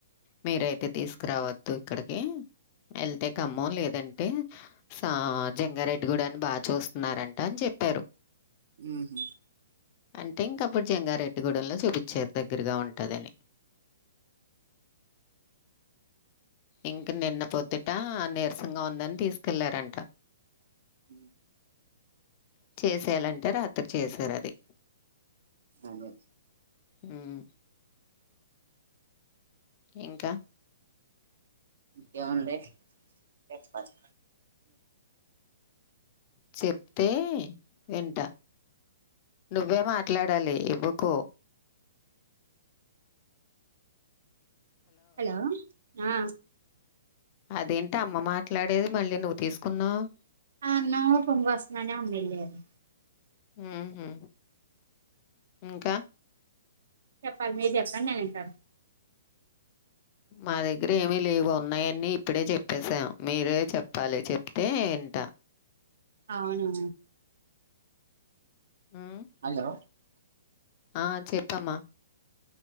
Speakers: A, on the left; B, on the right.
A: మీరైతే తీసుకు కావద్దు ఇక్కడికి వెళ్తే ఖమ్మం లేదంటే సా జంగారెడ్డి కూడా అని బాగా చూస్తున్నారంట అని చెప్ప త్తరు
B: ఉమ్
A: అంటే ఇంకా అప్పుడు జంగారెట్టి గూడెంలో చూపించారు దగ్గరగా ఉంటందని ఇంకా నిన్న పొద్దుట నీరసంగా ఉందని తీసుకెళ్లారంట
B: అహ
A: చేసేయాలంటే రాత్రి చేసారుది
B: అదే
A: ఉమ్మ్ ఇంకా
B: ఇంకేముంది చెప్పాలి
A: చెప్తే వింటా నువ్వే మాట్లాడాలి ఇవ్వకో
B: హలో ఆ
A: అదేంటి అమ్మ మాట్లాడేది మళ్ళీ నువ్వు తీసుకున్నావవు
B: అన్నం పొంగు వస్తుందని అమ్మాయి వెళ్లారు
A: ఉహు ఇంకా
B: చెప్పాలి మీరు చెప్పండి నేను వింటను
A: మా దగ్గర ఏమి లేవ ఉన్నాయని ఇప్పుడే చెప్పసాం మీరే చెప్పాలి చెప్తే వింటా
B: అవునా
A: హ్మ్.
B: హలో
A: ఆ చెప్పమా